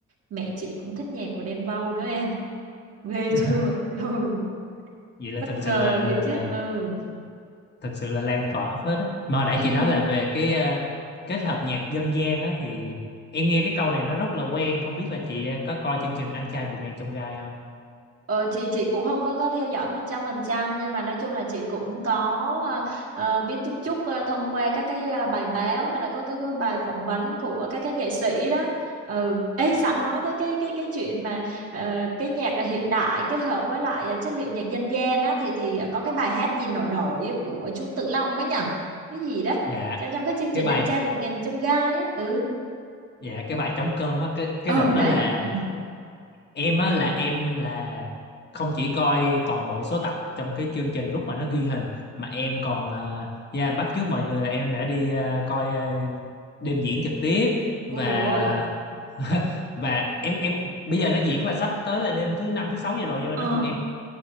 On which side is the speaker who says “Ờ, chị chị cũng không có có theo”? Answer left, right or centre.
Right